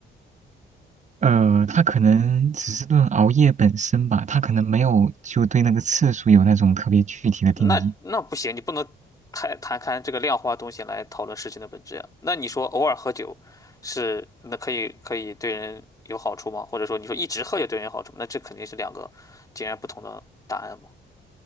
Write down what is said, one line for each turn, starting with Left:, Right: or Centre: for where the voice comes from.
Right: 呃，他可能只是论熬夜本身吧，他可能没有就对那个次数有那种特别具体的定义。
Left: 那那不行，你不能谈谈看这个量化东西来讨论事情的本质呀。那你说偶尔喝酒是那可以可以对人有好处吗？或者说你说一直喝酒对人有好处吗那这肯定是两个截然不同的答案嘛。